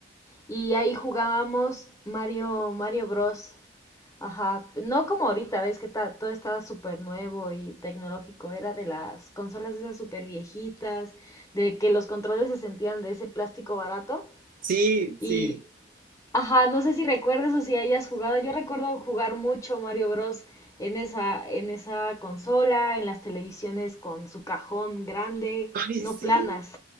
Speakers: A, on the left; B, on the right.
A: Y ahí jugábamos Mario, Mario Bros. Ajá, no como ahorita, ves que ta- todo estaba súper nuevo y tecnológico, era de las consolas esas súper viejitas, de que los controles se sentían de ese plástico barato.
B: Sí, sí.
A: Y, ajá, no sé si recuerdas o si hayas jugado, yo recuerdo jugar mucho Mario Bros. en esa, en esa consola, en las televisiones con su cajón grande,
B: Ay,
A: no
B: sí.
A: planas,